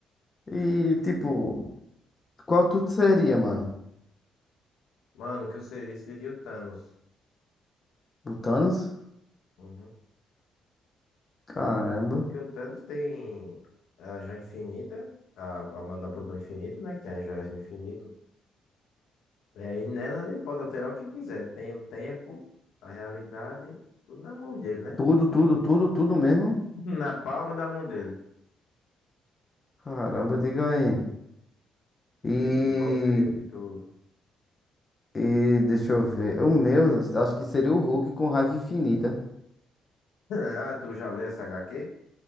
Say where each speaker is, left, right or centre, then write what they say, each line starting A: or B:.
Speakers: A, on the left; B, on the left.
A: E tipo, qual tu seria, mano?
B: Mano, o que eu seria seria o Thanos.
A: O Thanos?
B: Uhum.
A: Caramba.
B: Porque o Thanos tem a joia infinita, a, a manopla do infinito, né? Que tem as joias do infinito. É, e nela ele pode alterar o que quiser. Tem o tempo, a realidade, tudo na mão dele, né?
A: Tudo, tudo, tudo, tudo mesmo?
B: Na palma da mão dele.
A: Caramba, diga aí. E,
B: E tu, qual seria o que tu. <laughs>
A: e deixa eu ver. O meu, acho que seria o Hulk com raiva infinita.
B: Ah, tu já leu essa HQ?